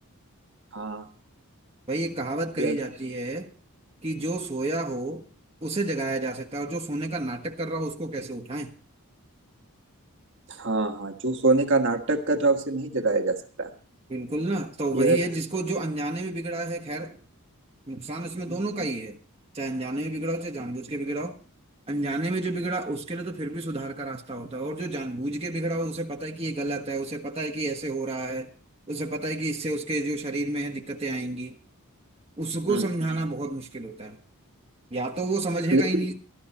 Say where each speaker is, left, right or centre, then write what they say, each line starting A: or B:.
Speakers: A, on the right; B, on the right.
A: हाँ
B: भाई ये कहावत कही
A: यह
B: जाती है कि जो सोया हो उसे जगाया जा सकता है और जो सोने का नाटक कर रहा हो उसको कैसे उठाएं
A: हाँ हाँ जो सोने का नाटक कर रहा है उसे नहीं जगाया जा सकता
B: बिल्कुल ना तो वही
A: यह
B: है जिसको जो अनजाने में बिगड़ा है खैर नुकसान इसमें दोनों
A: हम्म,
B: का ही है चाहे अनजाने में बिगड़ा हो चाहे जानबूझ के बिगड़ा हो अनजाने में जो बिगड़ा उसके लिए तो फिर भी सुधार का रास्ता होता है और जो जानबूझ के बिगड़ा हो उसे पता है कि ये गलत है उसे पता है कि ऐसे हो रहा है उसे पता है कि इससे उसके जो शरीर में है दिक्कतें आएंगी उसको
A: हम्म।
B: समझाना बहुत मुश्किल होता है या तो वो समझेगा
A: लेकिन
B: ही नहीं